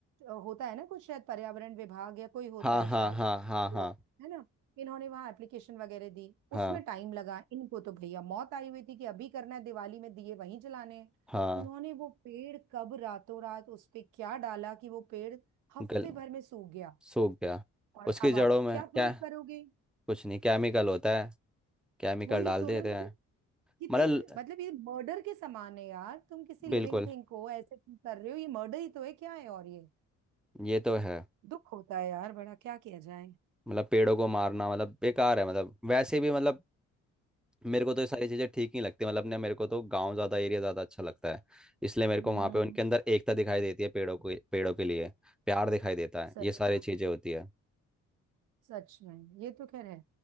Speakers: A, on the right (about 85°); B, in the centre.
A: अ, होता है ना कुछ शायद पर्यावरण विभाग या कोई होता
B: हाँ
A: है
B: हाँ
A: शायद
B: हाँ हाँ
A: तो
B: हाँ
A: है ना इन्होंने वहां एप्लीकेशन वगैरह दी
B: हाँ
A: उसमें टाइम लगा इनको तो भैया मौत आई हुई थी कि अभी करना है दिवाली में दिए वहीं जलाने हैं
B: हाँ
A: इन्होंने वो पेड़ कब रातों रात उस पे क्या डाला कि वो पेड़ हफ्ते
B: गल
A: भर में सूख गया
B: सूख गया
A: और
B: उसकी
A: अब
B: जड़ों
A: आप
B: में
A: क्या प्रूव
B: क्या
A: करोगे
B: कुछ नहीं केमिकल होता है केमिकल
A: वही
B: डाल
A: तो
B: देते
A: ना मतलब
B: हैं
A: कितने
B: मतलब
A: मतलब ये मर्डर के समान है यार तुम किसी लिविंग
B: बिल्कुल
A: थिंग को ऐसे तुम कर रहे हो ये मर्डर ही तो है क्या है और ये
B: ये तो है
A: दुख होता है यार बड़ा क्या किया जाए
B: मतलब पेड़ों को मारना मतलब बेकार है मतलब वैसे भी मतलब मेरे को तो ये सारी चीज़ें ठीक नहीं लगती मतलब अपने मेरे को तो गांव ज़्यादा एरिया ज़्यादा अच्छा लगता है इसलिए मेरे
A: हम्म
B: को वहाँ पे उनके अंदर एकता दिखाई देती है पेड़ों को पेड़ों के लिए प्यार दिखाई देता है
A: सही
B: ये सारी
A: कहा
B: चीज़ें होती है
A: सच में ये तो खैर है